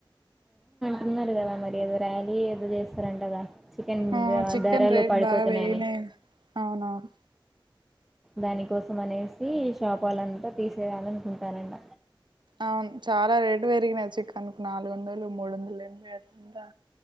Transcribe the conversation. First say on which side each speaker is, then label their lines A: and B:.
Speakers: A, in the centre; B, on the right (about 60°).
A: అన్నారు కదా మరి ఏదో ర్యాలీ ఏదో చేస్తారంటగాా చికెన్
B: ఆ చికెన్
A: ధరలు
B: రేట్
A: పడిపోతున్నాయని
B: బాగా పెరిగినాయి అవునవును
A: దానికోసం అనేసి షాప్ వాళ్ళంతా తీసేయాలనుకుంటారన్న
B: అవును చాలా రేటు పెరిగినాయి చికన్కు నాలుగు వందలు మూడు వందలు ఎనభై అవుతుందా